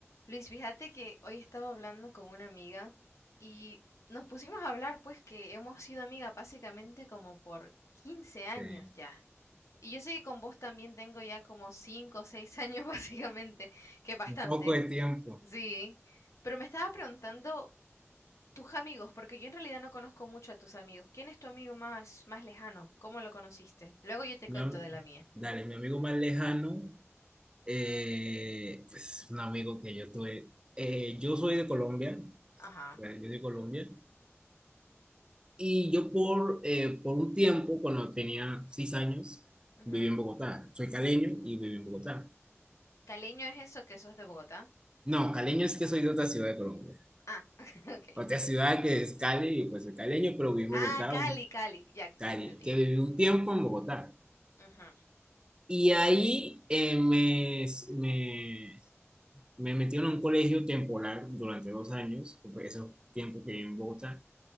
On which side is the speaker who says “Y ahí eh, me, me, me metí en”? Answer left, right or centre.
Right